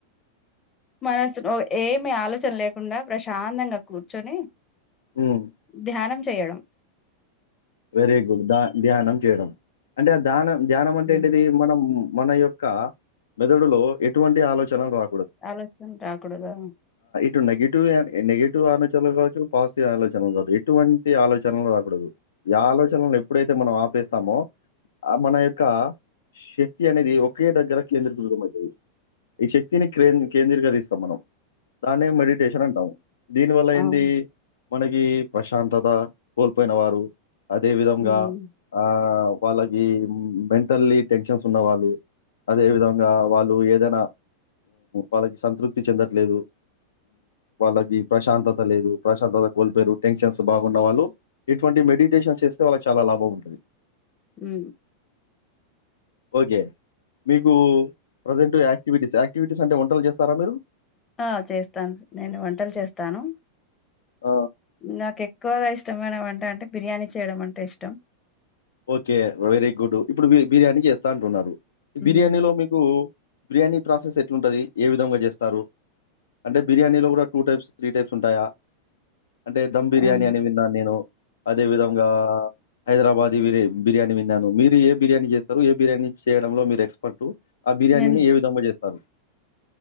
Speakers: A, on the left; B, on the left.
A: మనసునో ఏమి ఆలో అలోచన లేకుండా ప్రశాంతంగా కూర్చొని
B: హ్మ్.
A: ధ్యానం చేయడం
B: వెరీ గుడ్ ద ధ్యానం చేయడం. అంటే ఆ ధ్యానం ధ్యానం అంటే
A: ఉమ్.
B: ఏంటిది మనం. మన యొక్క మెదడులో ఎటువంటి ఆలోచన రా
A: ఆలోచన రాకుడదా
B: టు నెగిటివ్ ఆలోచనలు కావొచ్చు పాజిటివ్ ఆలోచనలు కావచ్చు ఎటువంటి ఆలోచనలు రా ఈ ఆలోచనలు ఎప్పుడైతే మనం ఆపేస్తామో ఆ మన యొక్క శక్తి అనేది ఒ ఒకే దగ్గర కేంద్రీకృతం అయితది ఈ శక్తిని కే కేంద్రీకరిస్తాం మనం. దాన్నే మెడిటేషన్ అంటాము దీని వల్ల
A: అవును
B: ఏంది మనకి ప్రశాంతత కోల్పోయిన వారు అదే విధంగా
A: ఉమ్,
B: ఆ వాళ్ళకి మెంటల్లీ టెన్షన్స్ ఉన్న వాళ్లు అదే విధంగా వాళ్ళు ఏదైనా వాళ్ళకి సంతృప్తి చెందట్లేదు వాళ్ళకి ప్రశాంతత లేదు, ప్రశాంతత కోల్పోయిరు టెన్షన్స్ బాగున్న వాళ్ళు ఇటువంటి. మెడిటేషన్ చేస్తే వాళ్ళకి చాలా లాభం ఉంటుది
A: హు
B: ఓకే మీకు ప్రజెంట్ యాక్టివిటీస్, యాక్టివిటీస్ అంటే వంటలు చేస్తారా మీరు.
A: ఆ చేస్తాన్ నేను వంటలు చేస్తాను
B: ఆ!
A: నాక్ కె ఎక్కువగా ఇష్టమైన వంట అంటే బిర్యానీ చేయడం అంటే ఇష్టం.
B: ఓకే వెరీ గుడ్ ఇప్పుడు బిర్యానీ చేస్తా అంటున్నారు,
A: ఉమ్,
B: బిర్యానీలో మీకు. బిర్యానీ ప్రాసెస్ ఎట్లుంటది ఏ విధంగా చేస్తారు. అంటే బిర్యానీలో కూడా టూ టైప్స్, త్రీ టైప్స్ ఉంటాయా. అంటే ధమ్ బిర్యానీ
A: అవును.
B: అని విన్నాను నేను అదే విధంగా హైదరాబాద్ ది బియా బిర్యానీ విన్నాను మీరు ఏ బిర్యానీ చేస్తారు ఏ బిర్యానీ చేయడంలో మీరు ఎక్స్పర్ట్. ఆ బిర్యానీని
A: నేను
B: ఏ విధంగా చేస్తారు